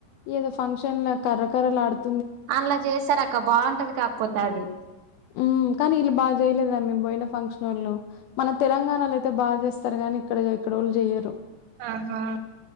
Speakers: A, on the left; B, on the right.
A: ఏదో ఫంక్షన్ లో కర్ర కరలడుత్
B: అలా చేసార అక్క బాగుంటది కాకపోతే అది
A: మ్ కానీ ఇల్లు బాగా చేయలేదురా మేము పోయిన ఫంక్షన్ వాళ్ళు మన తెలంగాణలో అయితే బాగా చేస్తారు గానీ ఇక్కడ ఇక్కడోళ్ళు చెయ్యరు!
B: ఆహా